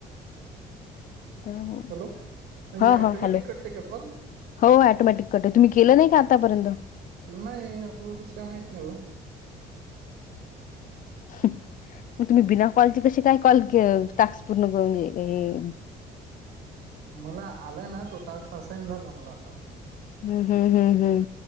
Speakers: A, on the left (about 50°); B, on the right (about 75°).
A: हो
B: हॅलो म्हणजे
A: हा
B: ऑटोमॅटिक
A: हा हॅलो.
B: कटते का कॉल
A: हो ऑटोमॅटिक कट आहे तम् के नाही का आतापर्यंत.
B: नाही आपल्याला तस काय माहत नाही ओ.
A: मग तुम्ही बिना कॉलचे कसे काय कॉल टास्क पूर्ण <unintelligible>
B: मला आलाय ना तो टाक हसाईन झाला मला आता.
A: हम् हम् हम् हम्